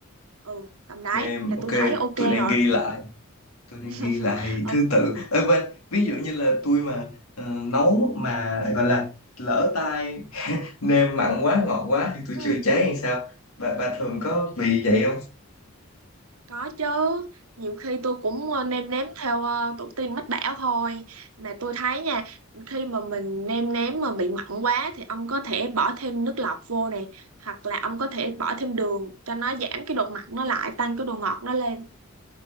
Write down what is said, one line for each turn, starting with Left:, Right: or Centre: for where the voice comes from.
Right: ừ tầm đấy
Left: nêm
Right: là
Left: ok
Right: tôi thấy ok
Left: tôi đang
Right: rồi
Left: ghi lại tôi
Right: <laughs>
Left: đang ghi lại
Right: ừ,
Left: thứ tự Ê, quên ví dụ như là tôi mà ờ, nấu mà gọi là lỡ tay nêm mặn quá ngọt quá thì tôi
Right: ừ,
Left: chữa cháy hay sao bà bà thường có bị vậy
Right: có chứ nhiều khi tôi cũng ờ, nêm nếm theo ờ, tổ tiên mách bảo thôi mà tôi thấy nha khi mà mình nêm nếm mà bị mặn quá thì ông có thể bỏ thêm nước lọc vô nè hoặc là ông có thể bỏ thêm đường cho nó giảm cái độ mặn nó lại tăng cái độ ngọt nó lên